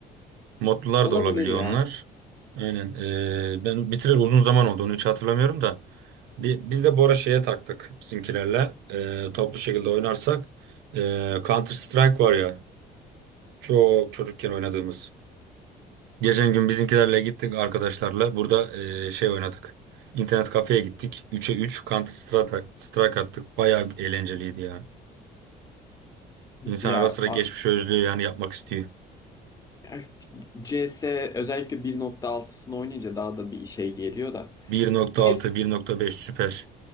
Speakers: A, on the right; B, on the left.
A: Modlular
B: Olabilir
A: da olabiliyor
B: ya.
A: onlar. Aynen. Ee, ben bitireli uzun zaman oldu. Onu hiç hatırlamıyorum da. Bi- biz de bu ara şeye taktık bizimkilerle. Ee, toplu şekilde oynarsak. Ee, Counter Strike var ya. Çok çocukken oynadığımız. Geçen gün bizimkilerle gittik arkadaşlarla. Burada eee, şey oynadık. İnternet kafeye gittik. 3'e 3 Counter Strike, Strike attık. Bayağı eğlenceliydi ya. İnsan
B: Ya,
A: ara sıra
B: a-
A: geçmişi özlüyor yani yapmak istiyor.
B: ya CS özellikle 1.6'sını oynayınca daha da bir şey geliyor da.
A: 1.6,
B: Neyse
A: 1.5 süper.